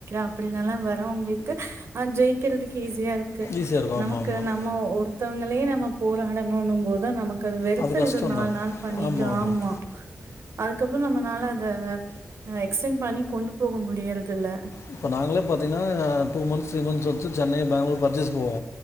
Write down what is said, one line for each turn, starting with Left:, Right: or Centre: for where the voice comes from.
Right: அப்டினால வரவுங்களுக்கு அ ஜெயிக்கிறதுக்கு ஈஸியா இருக்கு
Left: ஈஸியாக இருக்கும்
Right: நமக்கு
Left: ஆமாம் ஆமாம்
Right: நம்ம ஒரு த்தவுங்களே நம்ம போராடணுனு போது நமக் கது வெறுத்துருது
Left: அது கஷ்டம்தான்
Right: நாலு நாள் பண்ணிட்டு
Left: ஆமாம் ஆமாம்
Right: ஆமா அதுக்கப்பறோ நம்மளால அத எக்ஸ்டென்ட் பண்ணி கொண்டு போக முடியறதில்ல
Left: இப்ப நாங்களே பாத்தீங்கனா டூ மன்ஸ் த்ரீ மன்ஸ் வத்து சென்னை பெங்களூர் பர்ச்சேஸ் போவோ